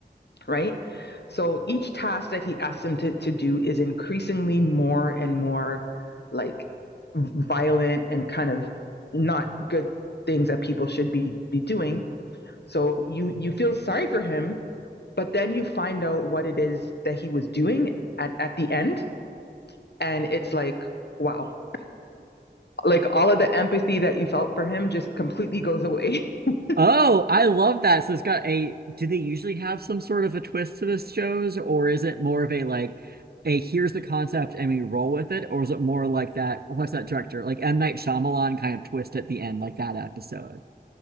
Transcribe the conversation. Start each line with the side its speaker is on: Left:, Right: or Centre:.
Left: right? So each task that he asks him to, to do is increasingly more and more like violent and kind of not good things that people should be, be doing. So you, you feel sorry for him, but then you find out what it is that he was doing at, at the end. And it's like, wow, like all of the empathy that you felt for him just completely goes away. <laughs>
Right: Oh, I love that. So it's got a, do they usually have some sort of a twist to this shows, or is it more of a like a here's the concept and we roll with it, or is it more like that, what's that director? Like M. Night Shyamalan kind of twist at the end, like that episode.